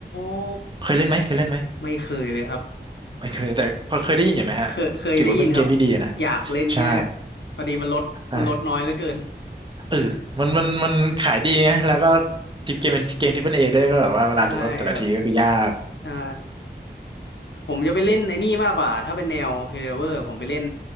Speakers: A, on the left; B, on the right.
A: ้
B: เคยเล่นไหมเคยเล่นไหม
A: ไม่เคยเลยครับ
B: ไม่เคย แต่พอเคยได้ยินอยู่ไหมฮะถือว่าเป็นเกมที่ดีอยู่นะ
A: เคยเคยได้ยินครับอยากเล่นแง่
B: ใช่
A: พอดีมันลดมันลดน้อยเหลือเกิน
B: ใช่เออมันมันมันขายดีไงแล้วก็ทิปเกมเป็นเกมทิปเปิลเอด้วยก็แบบว่าเวลาจะลดแต่ละทีก็คือยาก
A: ใช่ครับใช่ผมจะไปเล่นในนี่มากกว่าถ้าเป็นแนว h e r o เวอร์ผมไปเล่น